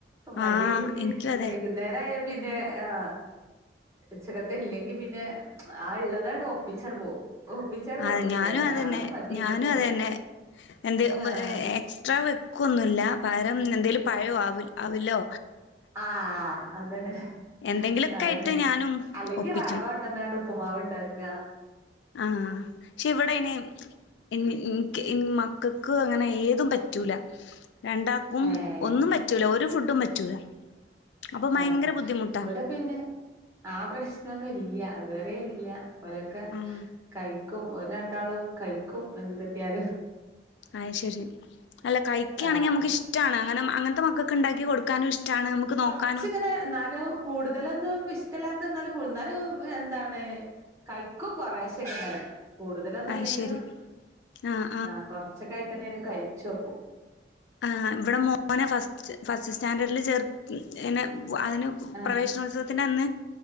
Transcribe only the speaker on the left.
ആഹ് എനിക്കും അതെ
ആ
ഞാനും
അത്
തന്നെ
ഞാനും
അത് തന്നെ എന്ത്
എക്സ്ട്രാ വെക്കൊന്നുമില്ല പാരം പഴോ ആ ആവില്ലോ
എന്തെങ്കിലൊക്കെ
ആയിട്ട് ഞാനും
ഒപ്പിച്ചും
ആഹ പക്ഷെ ഇവിടെ ഇനെ മക്കൾക്ക് അങ്ങനെ ഏതും പറ്റൂല രണ്ടാക്കും
ഒന്നും പറ്റൂല ഒരു ഫുഡും പറ്റൂല അപ്പൊ ഭയങ്കര
ബുദ്ധിമുട്ടാ
ആഹ്
അ് ശരി അല്ല കഴിക്കുകയാണെങ്കിൽ
നമുക്ക് ഇഷ്ടമാണ് അങ്ങനെ അങ്ങനത്തെ മക്കൊക്കെ ഉണ്ടാക്കി കൊടുക്കാനും ഇഷ്ടമാണ് നക്ക് നോക്ക
അത്
ശരി ആഹ്
ആ ഇവിടെ മോനെ ഫസ്റ്റ് ഫസ്റ്റ്സ് സ്റ്റാൻഡേർഡിൽ ചേർക്ക് ഇങ്ങനെ അതിന്
പ്രവേശനോത്സവത്തി അന്ന്